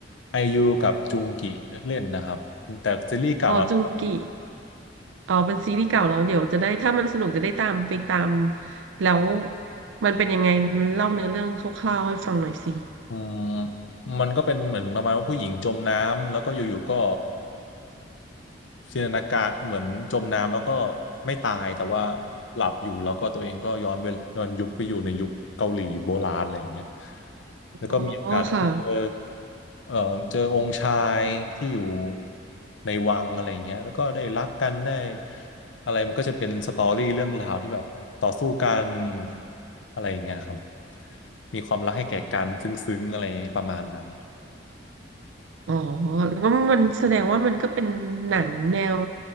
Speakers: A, on the left (about 80°); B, on the right (about 85°).
A: ไอยูกับจุงกิเล่นนะครับ แต่ซีรีส์เก่าแล้วนะครับ
B: <laughs> ออจุงกิ อ๋อเป็นซีรีส์เก่าแล้วเดี๋ยวจะได้ถ้ามันสนุกจะได้ตามไปตามแล้วมันเป็นยังไงเล่าเนื้อเรื่องคร่าวๆให้ฟังหน่อยสิ
A: อืมมันก็เป็นเหมือนประมาณว่าผู้หญิงจมน้ำแล้วก็อยู่ๆก็ จินตนาการเหมือนจมน้ำแล้วก็ไม่ตายแต่ว่าหลับอยู่แล้วก็ตัวเองก็ย้อนเวลย้อนยุคไปอยู่ในยุคเกาหลีโบราณอะไรอย่างเงี้ย
B: อ๋อ
A: แล้วก็มีโอกาสได้ไปเจอ
B: ค่ะ
A: เอ่อเจอองค์ชายที่อยู่ในวังอะไรอย่างเงี้ยแล้วก็ได้รักกันได้อะไรมันก็จะเป็นสตอรี่เรื่องราวที่แบบต่อสู้กันอะไรอย่างเงี้ยครับมีความรักให้แก่กันซึ้งๆอะไรประมาณนั้น
B: อ๋อแล้วก็มันแสดงว่ามันก็เป็นหนังแนว